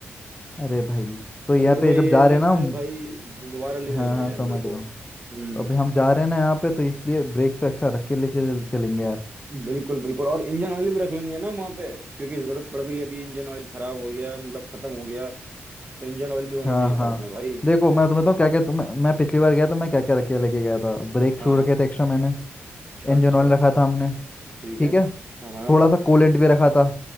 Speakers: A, on the left; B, on the right.
A: अरे भाई तो यहाँ
B: तो मेरे को
A: पे
B: ये
A: जब जा रहे
B: रिक्स
A: हैं ना हम
B: भाई दोबारा नहीं लेना
A: हाँ हाँ
B: है यार
A: समझ
B: मेरे को
A: रहा हूँ
B: हम्म
A: तो अभी हम जा रहे हैं ना यहाँ पे तो इसलिए ब्रेक तो एक्स्ट्रा रख के लेके चलेंगे यार
B: बिल्कुल बिल्कुल और इंजन ऑयल भी रख लेंगे ना वहां पे क्योंकि जरूरत पड़ गई अभी इंजन ऑयल खराब हो गया मतलब खत्म हो गया तो इंजन ऑयल भी होना
A: हाँ
B: चाहिए साथ
A: हाँ
B: में भाई
A: देखो मैं तुम्हें तो क्या क्या तुम्हें मैं पिछली बार गया था मैं क्या क्या रख के लेके गया था ब्रेक
B: हाँ
A: शू रखे थे एक्स्ट्रा मैंने
B: अच्छा
A: इंजन
B: अच्छा
A: ऑयल रखा था हमने
B: ठीक
A: ठीक
B: है
A: है
B: हाँ हाँ
A: थोड़ा सा कूलेंट भी रखा था